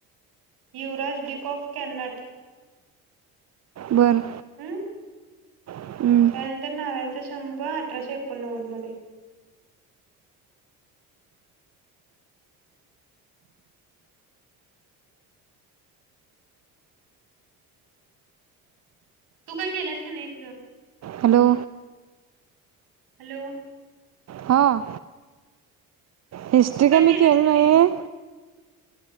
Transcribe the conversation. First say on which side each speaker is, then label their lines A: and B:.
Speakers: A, on the right (about 55°); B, on the right (about 35°).
A: युराज डीक ऑफ कॅनट
B: बर.
A: हम्
B: हम्म.
A: त्यानंतर नाव्यांचा संप अठराशे एकोणनव्वद मध्ये तू का केलास का नाहीस ग.
B: हॅलो!
A: हॅलो!
B: हां हिस्ट्री
A: तू काय
B: का मी
A: केलास
B: केलं नाही
A: नाहीस
B: आहे.